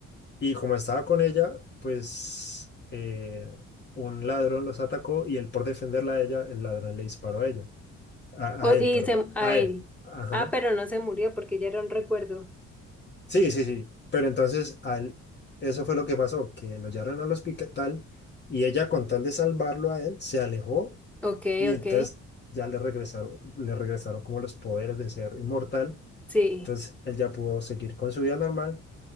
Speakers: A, on the left; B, in the centre.
A: Y como estaba con ella, pues eh, un ladrón los atacó y él por defenderla a ella, el ladrón le disparó a ella. A,
B: O-
A: a él,
B: y
A: perdón.
B: se, a
A: A
B: él.
A: él. Ajá.
B: Ah, pero no se murió porque ya era un recuerdo.
A: Sí, sí, sí. Pero entonces a él, eso fue lo que pasó, que lo llevaron al hospital y ella con tal de salvarlo a él, se alejó
B: Ok,
A: y
B: ok.
A: entonces ya le regresaron, le regresaron como los poderes de ser inmortal.
B: Sí.
A: Entonces él ya pudo seguir con su vida normal.